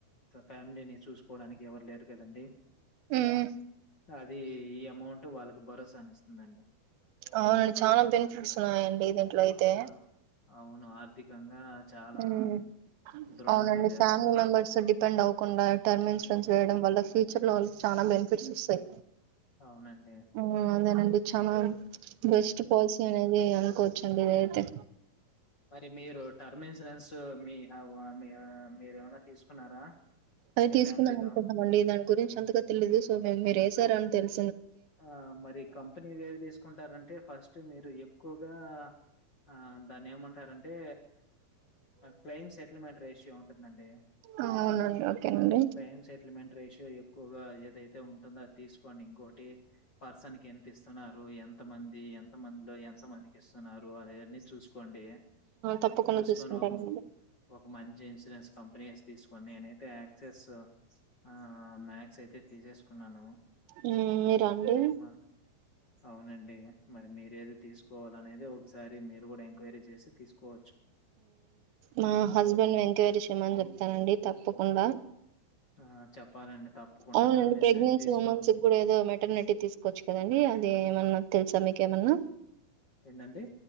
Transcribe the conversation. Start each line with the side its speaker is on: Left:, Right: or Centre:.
Left: ఫ్యామిలీని చూసుకోవడానికి ఎవరు లేరు కదండి
Right: ఉమ్
Left: అది ఈ అమౌంట్ వాళ్ళకి భరోసానిస్తుందండి
Right: అవునండి చాలా బెనిఫిట్స్ ఉన్నాయండి దీంట్లో అయితే
Left: ఆ! అవును ఆర్థికంగా చాలా
Right: ఉమ్
Left: దృఢంగా
Right: అవునండి
Left: చేస్తుంది.
Right: ఫ్యామిలీ మెంబర్స్ డిపెండ్ అవకుండా టర్మ్ ఇన్సూరెస్
Left: హ్మ్.
Right: వెయడం వల్ల ఫ్యూ ఫ్యూచర్లో వాళ్ళకి చాన బెనిఫిట్స్ వస్తాయి
Left: అవునండి.
Right: ఆ అదేనండి చన బెస్ట్ పాలసీ అనేది ఆ కూర్చోండి ఇద అయితే
Left: మరి మీరు టర్మ్ ఇన్సూరెన్స్ మీ మీ మీరు ఏమనా తీసుకున్నారా
Right: అది
Left: మీ
Right: తీసుకుందాం
Left: ఫ్యామిలీలో?
Right: అనుకుున్నాం అండి దాని గురించి అంతగా తెలిదు సో మేము మీరు ఏసారు అని తెలు
Left: ఆ మరి కంపెనీవేవి తీసుకుంటారంటే ఫస్ట్ మీరు ఎక్కువగా ఆ దాన్ని ఏమంటారంటే క్లెయిమ్ సెటిల్మెంట్ రేషియో ఉంటుందండి
Right: అవునండి ఓకేనండి
Left: క్లెయిమ్ సెటిల్మెంట్ రేషియో ఎక్కువగా ఏదైతే ఉంటుందో అది తీసుకోండి ఇంకోొటి పర్సన్ కి ఎంత ఇస్తున్నారు ఎంత మంది ఎంత మందిలో ఎంత మందికి ఇస్తున్నారు ఆయన్ని చూసు కోండి
Right: తప్పకుండా
Left: చూసుకొని
Right: చూసుకుంటానండి
Left: ఒక ఒక మంచి ఇన్సూరెన్స్ కంపెనీ తీసుకోని నేనైతే యాక్సెస్ ఆ మ్యాక్స్ అయితే తీసేసుకున్నాను
Right: మీరండి
Left: మ అవునండి మరి మీర ఏది తీసుకోవాల అనేది ఒకసారి మీరు కూడా ఎంక్వైరీ చేసి తీసుకోవ
Right: మా హస్బెండ్ ఎంక్వయిరీ చెయ్యమని చెప్తానండి తప్పకుండా
Left: ఆ చెప్పాలండి తప్పకుండా
Right: అవునండి
Left: టర్మ్ ఇన్సూరెన్స్
Right: ప్రెగ్నెన్సీ
Left: తీసుకోవాలి.
Right: ఉమెన్స్ కూడా ఏదో మెటర్నిటీ తీసుకోవచ్చు కదండి అది ఏమన్నా తెలుసా మీకేమన్నా
Left: ఏంటండి?